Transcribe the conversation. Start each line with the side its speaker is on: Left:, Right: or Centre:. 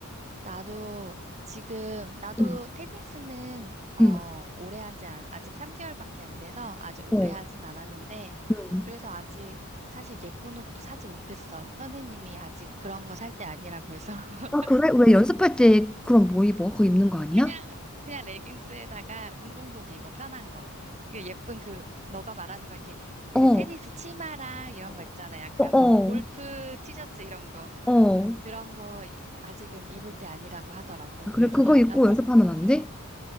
Right: 나도 지금, 나도
Centre: 응,
Right: 테니스는, 어,
Centre: 응,
Right: 오래 한지 아직 3개월밖에 안 돼서 아직 오래
Centre: 어,
Right: 하진 않았는데,
Centre: 응.
Right: 그래서 아직 사실 예쁜 옷도 사지 못했어. 선생님이 아직 그런 거 살 때 아니라고 해서. <laughs>
Centre: 아 그래? 왜 연습할 때 그럼 뭐 입어? 그거 입는 거 아니야?
Right: 그냥, 그냥 레깅스에다가 운동복 입어, 편한 거. 이게 예쁜 그, 너가 말하는 거 이렇게 그
Centre: 어, 어,
Right: 테니스 치마랑 이런 거 있잖아. 약간
Centre: 어, 어,
Right: 골프 티셔츠 이런 거.
Centre: 어.
Right: 그런 거 아직은 입을 때 아니라고 하더라고. 그래서
Centre: 그래 그거
Right: <laughs>
Centre: 입고
Right: 나도
Centre: 연습하면 안 돼?